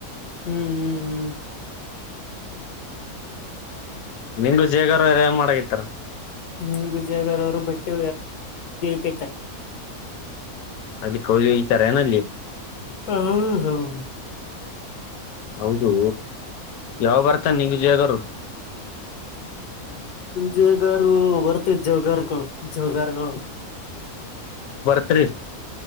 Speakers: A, on the left; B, on the left.
A: ಹ್ಮ್ ಹ್ಮ್ ಹ್ಮ್ <unintelligible>
B: ನಿಮಗು ಜೇಗಾರ ಎಲ್ಲ ಮಾಡಕ ಇತ್ತಾರ <unintelligible>
A: ನಿಂಗ ಜಗರ ಅವರು ಬಟ್ಟೆ ಕ್ದಿತಾರೆ <unintelligible>
B: ಅದಕ್ಕೆ ಹೋದಿ ಈತರ ಏನಲ್ಲಿ <unintelligible>
A: ಹಾ ಹಾ <unintelligible>
B: ಹೌದು ಯಾವ ಬರ್ತಾನ ನಿಂಗ ಜಗರು <unintelligible>
A: ಜಗಾರು <unintelligible> ಜಗಾರಗಳು ಜೋಗಾರಗಳು <unintelligible>
B: ತತರಿಫ್ <unintelligible>